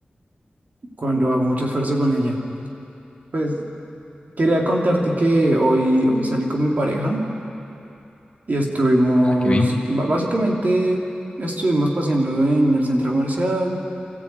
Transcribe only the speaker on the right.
cuando hago mucho esfuerzo con ella. Pues quería contarte que hoy, hoy salí con mi pareja y estuvimos,
ba- básicamente estuvimos paseando en el centro comercial,